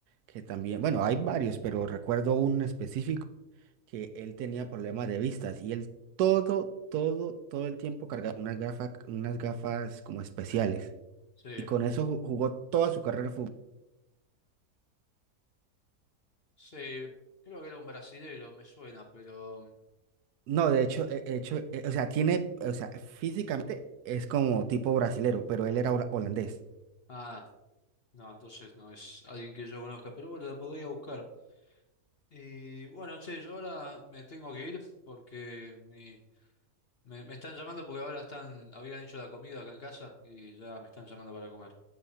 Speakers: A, on the right (about 85°); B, on the left (about 45°).
A: que también, bueno, hay varios, pero recuerdo un específico que él tenía problemas de vistas y él todo, todo, todo el tiempo cargaba unas gafas, unas gafas como especiales.
B: Sí,
A: Y con eso ju- jugó toda su carrera de fútbol.
B: sí, creo que era un brasilero, me suena, pero...
A: No, de hecho, eh, eh, hecho, eh, o sea, tiene, o sea, físicamente es como tipo brasilero, pero él era hola- holandés.
B: Ah, no, entonces no es alguien que yo conozca, pero bueno, lo podría buscar. Y bueno, che, yo ahora me tengo que ir porque mi Me, me están llamando porque ahora están, habían hecho la comida acá en casa y ya me están llamando para comer.